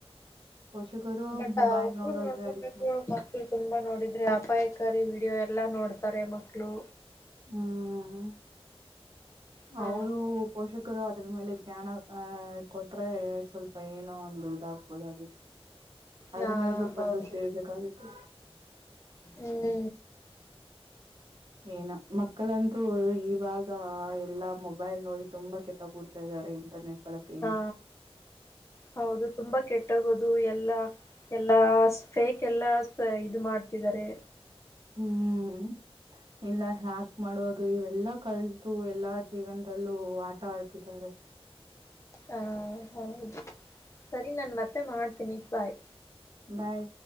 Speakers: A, on the right (about 50°); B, on the left (about 30°).
A: ಪೋಷಕರು
B: ಬಟ್
A: ಮೊಬೈಲ್
B: ಅವರು
A: ನೋಡೋದು
B: ನೋಡ್ಕೊಬೇಕು
A: ಅಡಿಕ್ಟ್ ಮಾಡ್
B: ಮಕ್ಳು ತುಂಬಾ ನೋಡಿದ್ರೆ ಅಪಾಯ. ಸರಿ ವಿಡಿಯೋ ಎಲ್ಲಾ ನೋಡ್ತಾರೆ ಮಕ್ಳು
A: ಹ್ಮ್
B: ಹಾ
A: ಅವರು ಪೋಷಕರು ಅ ಅದ್ರ ಮೇಲೆ ಜ್ಞಾನ ಅಹ ಕೊಟ್ರೆ ಸ್ವಲ್ಪ ಏನೋ ಒಂದು ಇದಾಗಬೋುದಾಗಿತ್ತು ಅದ್ರ
B: ಹಾ
A: ಮೇಲೆ ಸ್ವಲ್ಪ
B: ಹೌದು
A: ದೃಷ್ಟಿ ಇರ್ಬೇಕಾಗಿತ್ತು.
B: ಹ್ಮ್
A: ಏನ ಮಕ್ಕಳಂತೂ ಇವಾಗ ಎಲ್ಲಾ ಮೊಬೈಲ್ ನೋಡಿ ತುಂಬಾ ಕೆಟ್ಟ ಕೂಡ್ತವಿ. ಇದಾರೆ ಇಂಟರ್ನೆಟ್. ಬಳಕೆಯಿಂದ
B: ಹಾ -ಹೌದು ತುಂಬಾ ಕೆಟ್ಟ. ಟ್ಟೋಗೋದು ಎಲ್ಲಾ ಎಲ್ಲಾ ಫೇಕ್ ಎಲ್ಲಾ ಇದು ಮಾಡ್ತಿದ್ದಾರೆ.
A: ಹ್ಮ್ ಇಲ್ಲ ಯಾಕ್ ಮಾಡೋದು ಇವೆಲ್ಲಾ ಕಲಿತು ಎಲ್ಲಾ ಜೀವನದಲ್ಲೂ ಆಟ ಆಡ್ತಿದ್ದಾರೆ.
B: ಹಾ- ಹೌದು ಸರಿ ನನ್ ಮತ್ತೆ ಮಾಡ್ತೀನಿ ಬಾಯ್.
A: ಬಾಯ್